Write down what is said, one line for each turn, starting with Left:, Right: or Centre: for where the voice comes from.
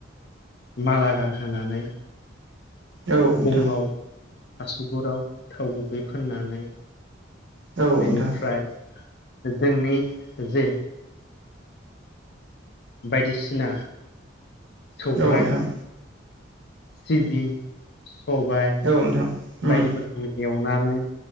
Left: माला गानहोनानै
Right: औ नोंथां
Left: गंआव आसुगुराव थाव गुबै फाननानै
Right: औ
Left: बेनिफ्राय
Right: नोंथां
Left: जोंनि जे बायदिसिना सौराइ
Right: औ नोंथां।
Left: सिबिं सबाय
Right: औ नोंथां उम
Left: बायदि एवनानै